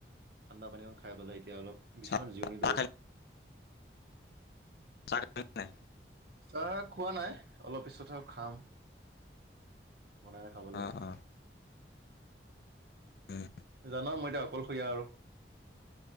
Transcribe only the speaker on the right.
ঠাণ্ডা পানী অকণ খাই পেলাই এতিয়া অলপ বিচনাত
জিৰণি লৈ
আচো
আহ খোৱা নাই অলপ পিছতহে খাম। বনাইে খাব লাগিব।
জানা মই এতিয়া অকলশৰীয়া আৰু